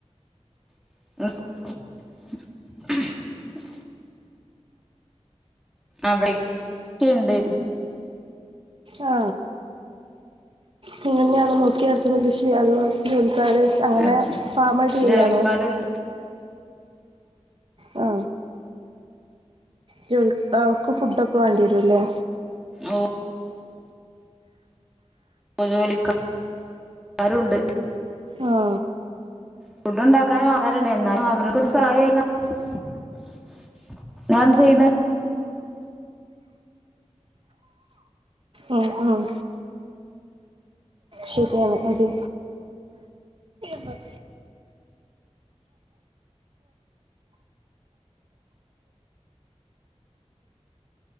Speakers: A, in the centre; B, on the right.
A: <inaudible> അവിടെ ക്കെണ്ട്
B: ആ നീ തന്നെയാണോ നോക്കിനടത്തുന്നെ കൃഷി അതൊ <unintelligible> അങ്ങനെ
A: അതെ
B: ഫാമായിട്ട് ചെയ്യാണോ
A: ജോലിക്കാരുണ്ട്
B: ആ ജോലിക്ക് ആ ഒക്കെ ഫുഡ് ഒക്കെ വേണ്ടി വരും അല്ലേ
A: ഓ ജോലിക്കാരുണ്ട്
B: ആ
A: ഫുഡ്‌ ഉണ്ടാക്കാനും ആൾക്കാർ ഉണ്ട് എന്നാലും അവര്ക്കൊരു സഹായി ആയി നിങ്ങൾ എന്താ ചെയ്യണ്
B: ഉം, ഉം. ശരിയാണ് അതെ <inaudible>